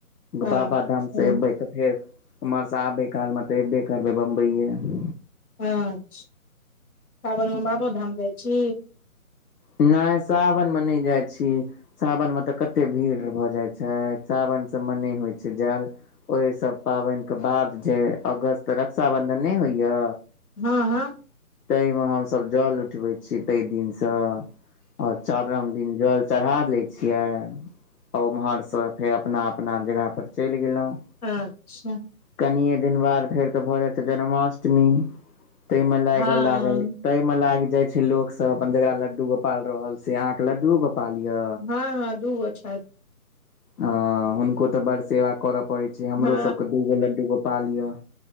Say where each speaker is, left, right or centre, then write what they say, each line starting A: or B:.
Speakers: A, on the left; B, on the left.
A: हँ
B: बाबाधाम
A: अच्छा
B: से एबै तऽ फेर, उम्हर से आबे काल मे तऽ, एबे करबै बम्बइए में।
A: अच्छा, सावनमे, बाबो धाम जाइ छी।
B: नहि, सावनमे नहि जाइ छी। सावनमे तऽ, कतेक भीड़ भऽ जाइत छै, सावन सभमे, नहि होइत छै जाल। ओहि सब पाबने क बाद जे, अगस्त रक्षााबंधन नहि होइया।
A: हँ, हँ,।
B: ताहि मे हमसब, जल उठबे छी, ते दिन से, और चारम दिन जल। चढ़ा लै छियै, आ, उम्हरसँ फेर अपना -अपना जगह पर चलि गेलहुँं,।
A: अच्छा,।
B: कने दिन बाद, फेर तऽ भऽ जाय छै जन्माष्टमी, ता मे लाग
A: हँ
B: लागल। तई मे लागे जाय छै लाेक सब, अपन जकरा लड्डू गोपालाल रहल छै, से आां के लड्डू गोप। पालिया।
A: हँ, हँ, दू अछा।
B: अ हुनको तऽ, बड़ सेवा करय पड़े छै, हमरो
A: हँ
B: सबके दू गो, लड्डू गोपाल य,।